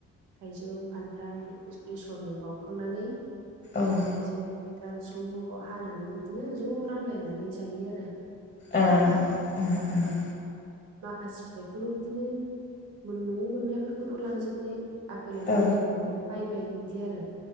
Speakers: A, on the right; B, on the left.
A: थाइजौ, खान्थाल इसरनो बावखांनानै थाइजौ
B: औ
A: दा ज' हानानै बिदिनो ज' रानलायनानै जायो आरो।
B: ए ए ए।
A: उम माखासे फिथाइफोरखौ बिदिनो न'आव मोननायफोरखौथ' लांजोब्बाय आफेल आगुरफोरखौ
B: ओ
A: माने बायबाय इदि आरो।